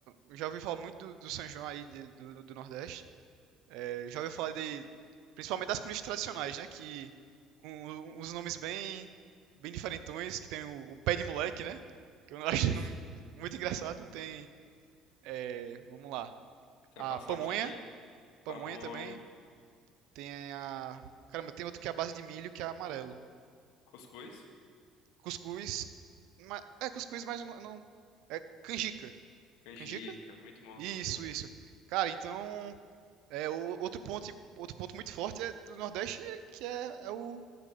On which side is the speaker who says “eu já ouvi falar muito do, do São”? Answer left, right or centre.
Right